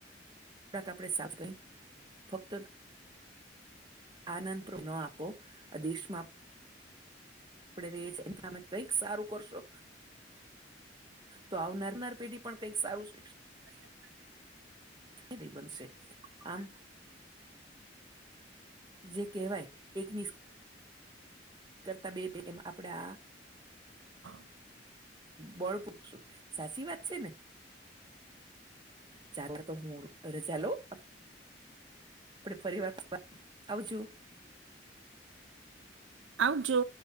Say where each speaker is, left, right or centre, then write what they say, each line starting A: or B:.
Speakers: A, on the right; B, on the right.
A: થોડાક આપડે સાફ કરી ફક્ત આનંદ ન આપો આ દેશમાં આપડ રએ છે એ તમે કઈક સારું કરશો. તો આવનારનાર પેઢી પણ કંઈક સારું શિક્ષ
B: ભરી આપ <inaudible>
A: ન બનશે આમ જે કહેવાય એક નિ કરતા બે એમ આપડા
B: <inaudible>
A: બળ પૂખશું સાચી વાત છે ને ચ તો હું રજા લઉ આપડ ફરી વાર આવજો
B: આવ જો